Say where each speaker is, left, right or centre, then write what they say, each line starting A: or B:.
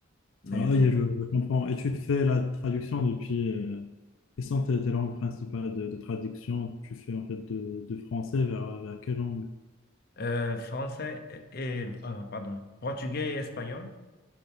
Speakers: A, on the left (about 50°); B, on the left (about 80°).
A: Mais
B: Ça, va,
A: bon.
B: je, je comprends. Et tu fais la traduction depuis, euh, Et sans tes, tes langues principales de, de traduction, tu fais en fait de, de français vers, vers quelle langue?
A: Euh, français et, et- ah, pardon, portugais et espagnol.